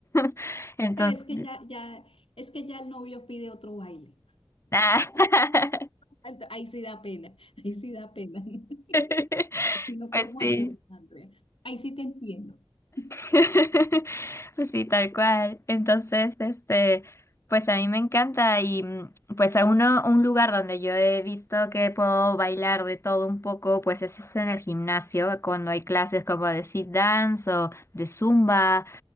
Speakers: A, on the left; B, on the left.
A: <laughs> Entonces,
B: Pero es que ya, ya, es que ya el novio pide otro baile.
A: <laughs> ah,
B: Ent- Ahí sí da pena, <laughs> ahí sí da pena. <laughs>
A: <laughs>
B: Así no
A: pues
B: podemos
A: sí.
B: hacer nada, Andrea. Ahí sí te entiendo. <laughs>
A: <laughs> Pues sí, tal cual. Entonces, este, pues a mí me encanta y mm, pues a uno, un lugar donde yo he visto que puedo bailar de todo un poco, pues es en el gimnasio, cuando hay clases como de fit dance o de zumba.